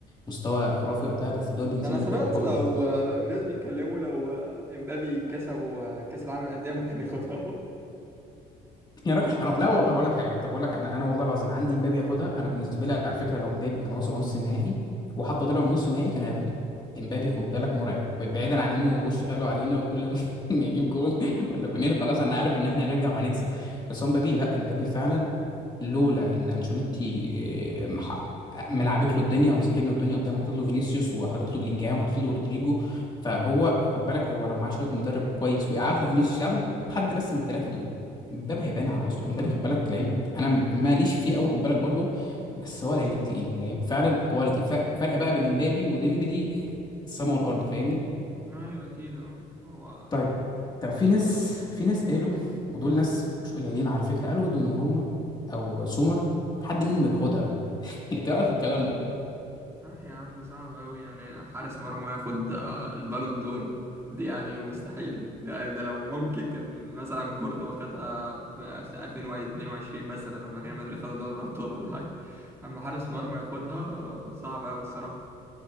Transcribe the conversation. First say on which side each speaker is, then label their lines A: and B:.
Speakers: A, on the left (about 25°); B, on the right (about 15°).
A: مستوى خرافي وقتها بس ادوها لبنزيما
B: ده انا سمعت
A: كده بالحب
B: لو
A: يعني
B: آه، ناس بيتكلموا لو آه، امبابي كسبوا آه، كاس العالم للانديه ممكن ياخدها اهو
A: يا راجل حرام لا والله هقول لك حاجه طب اقول لك انا انا والله العظيم عندي مبابي ياخدها انا بالنسبه لي على فكره لو مبابي كان وصل نص النهائي وحتى طلع من نص النهائي كان هياخدها مبابي خد بالك مرعب طيب بعيدا عن انه وشه حلو علينا وكل ما <laughs> ما يجيب جون ولا جونين خلاص انا عارف ان احنا هنرجع وهنكسب بس هو مبابي لا مبابي فعلا لولا ان انشيلوتي آه، مح- ملعبك له الدنيا ومسحب له الدنيا قدامه وحاطط له فينيسيوس وحاطط له بلينجهام وحاطط له رودريجو فهو خد بالك هو لو معاه شويه مدرب كويس ويقعد له فينيسيوس يقعد له حد بس من الثلاثه دول مبابي هيبان على اصله مبابي خد بالك لعيب انا م- ماليش فيه قوي خد بالك برضه بس هو لعيب تقيل لعيب فعلا كواليتي ف- فرق بقى بين مبابي وديمبلي آه، السما والارض فاهمني
B: ايوه اكيد اه هو
A: طيب طب في ناس في ناس قالوا ودول ناس مش قليلين على فكره قالوا دوناروما او سومر حد منهم ياخدها <laughs> انت رايك في الكلام ده
B: لا يا عم صعب قوي يعني حارس مرمى ياخد آه، البالون دور دي يعني مستحيلة ده, ده لو ممكن كان مثلا كورتوا خدها في سنة 2022 مثلا لما ريال مدريد خدوا دوري الابطال ولا حاجة اما حارس مرمى ياخدها آه، صعب قوي الصراحة